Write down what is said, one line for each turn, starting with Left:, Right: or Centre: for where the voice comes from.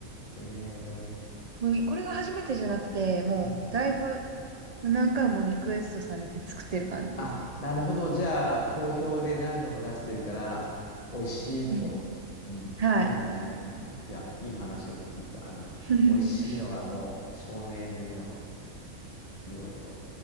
Left: えー、
Right: もうこれが初めてじゃなくて、もうだいぶ
Left: うん。
Right: 何回もリクエストされて作ってる感じですね。
Left: あ、なるほど。じゃあ、好評で何度も出してるから、美味しいと。
Right: うん。
Left: うん。
Right: はい。
Left: いいね。うん。いや、いい話を聞いた。あの、
Right: <laughs>
Left: 美味しいのがもう証明済みの料理を。